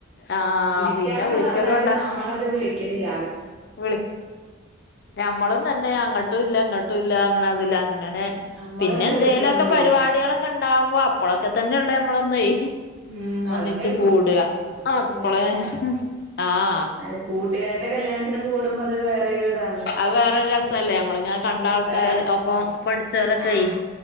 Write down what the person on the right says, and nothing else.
വിളിക്കന്നൊക്കെ
പറഞ്ഞാലും നമ്മളത് വിളി ക്കണില്ല
നമ്മളും
അങ്ങട്
വിളിക്കണൊന്നില്ലല്ലോ
ഉം
അതന്നെ ഉള്ളൂ
എല്ലാരും കൂടെ
നല്ല കൂട്ടുകാരുടെ കല്യാണത്തിന് കൂടുമ്പോ അത് വേറെരു ഇതാ
ഏഹ്
ആഹ്